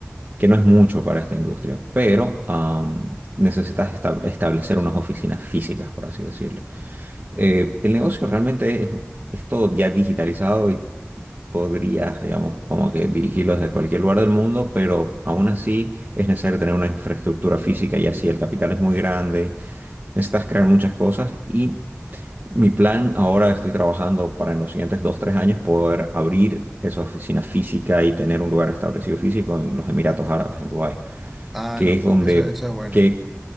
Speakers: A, on the right; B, in the centre.
A: que no es mucho para esta industria, pero am, necesitas esta- establecer unas oficinas físicas, por así decirlo. Eh, el negocio realmente es, es todo ya digitalizado y podrías, digamos, como que dirigirlo desde cualquier lugar del mundo, pero aún así es necesario tener una infraestructura física y así el capital es muy grande, necesitas crear muchas cosas y mi plan ahora estoy trabajando para en los siguientes dos, tres años poder abrir esa oficina física y tener un lugar establecido físico en los Emiratos Árabes, en Dubái
B: Ah,
A: que
B: no,
A: es donde,
B: eso, eso es bueno,
A: que,